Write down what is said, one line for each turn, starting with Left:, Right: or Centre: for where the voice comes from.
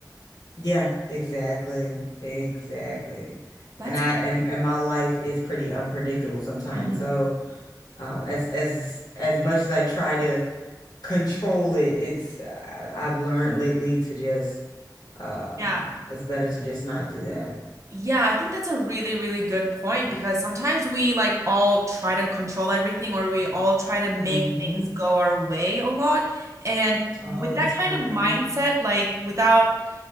Left: Yeah, exactly. Exactly.
Right: That's,
Left: And I am and my life is pretty unpredictable sometimes.
Right: Mhm.
Left: So, um as as as much as I try to control it, it's I- I've learned lately to just um
Right: Yeah.
Left: it's better to just not do that.
Right: Yeah, I think that's a really, really good point because sometimes we like all try to control everything or we all try to make
Left: Mm-hmm.
Right: things go our way a lot. And
Left: All
Right: with
Left: the
Right: that
Left: time.
Right: kind of mindset, like without